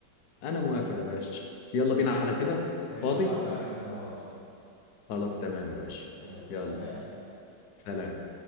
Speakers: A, on the left (about 70°); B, on the left (about 80°).
A: انا موافق يا باشا يلا
B: <laughs>
A: بينا على كده
B: قشطة
A: فاضي
B: عدى عليك النهاردة
A: خلاص تمام يا باشا
B: يلا
A: يلا
B: سلام
A: سلام